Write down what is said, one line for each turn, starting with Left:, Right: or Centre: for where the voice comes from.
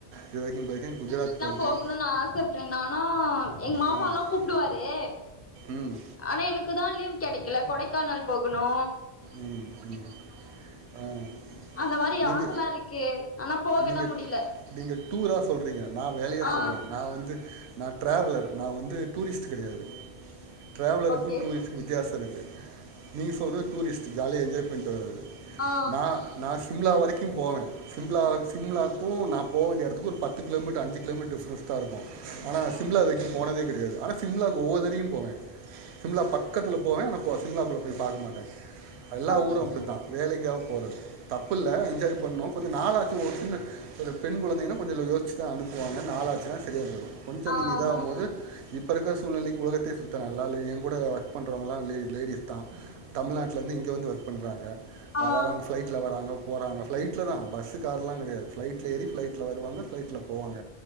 Right: இதுவரைக்கு பேய்ர்க்கே குஜராத் போயிருக்கேன்
Left: போகணுன் ஆசப்ரென் ஆனா எங்க மாமாலா
Right: ஆ
Left: கூப்டுவாரு
Right: ம்
Left: ஆனா எனக்கு தா லீவ் கெடைக்குல கொடைக்கானல் போகுணு
Right: உம் உம் அஹ்
Left: அந்த மாரி
Right: நீங்க
Left: ஆசல்லா இருக்கு ஆனா போகதா
Right: நீங்க
Left: முடியல
Right: நீங்க டூரா சொல்றீங்க நா வேலையா
Left: ஆ
Right: சொல்ற நா வந்து நா ட்ராவுலர் நா வந்து டூரிஸ்ட்டு கெடயாது டிராவலருக்கு
Left: ஓகே
Right: டூரிஸ்க்கு வித்தியாச இருக்கு நீங்க சொல்றது டூரிஸ் ஜாலியா என்ஜாய் பண்ட்டு வரது
Left: ஆ
Right: நா நா சிம்லா வரை க்கி போவே சிம்லா சிம்லாக்கு நா போ வேண்டிய எடத்துக்கு ஒரு பத்து கிலோமீட்டர் அஞ்சு கிலோமீட்டர் டிஸ்னஸ்தா இருக்கு ஆனா சிம்லா
Left: ஓகே
Right: இது வரைக்கு
Left: ஃப்ரெண்ட்
Right: போனதே கிடயாது ஆனா சிம்லாக்கு ஒவ்வொதரையு போவே சிம்லா பக்கத்துல போவே ஆனா போ சிம்லாக்குள்ள போய் பாக்க மாட்டே எல்லா
Left: ஓகே
Right: ஊரு
Left: ஃப்ரெண்ட்
Right: அப்டித்தா வேலைக்கா போறது தப்புல்ல என்ஜாய் பண்ணோ கொஞ்சு நாலாச்சு ஒரு சின்ன ஒரு பெண் கொழந்தையினா கொஞ்சல யோச்சுதா அனுப்புவாங்க நாலாச்சுனா சரியா போய்டு கொஞ்சோ
Left: ஆ
Right: நீங்க இதாகுமோது
Left: ஆமா ஃப்ரெண்ட்
Right: இப் இப்ப இருக்க சூழ்நெலைக்கு உலகத்தே சுத்தலால அதுல என் கூட ஒர்க் பண்றவங்களா லே லேடிஸ்தா தமிழ்நாட்ல இருந்து இங் கு வந்து ஒர்க் பண்றாங்க
Left: ஆ
Right: அ வராங் ஃப்ளைட்ல வராங்க போறாங்க ஃபிளைட்லதா பஸ்ஸு கார்லா கெடயாது ஃபிளைட்ல ஏறி ஃபிளைட்ல வருவாங்க ஃபிளைட்ல போவாங்க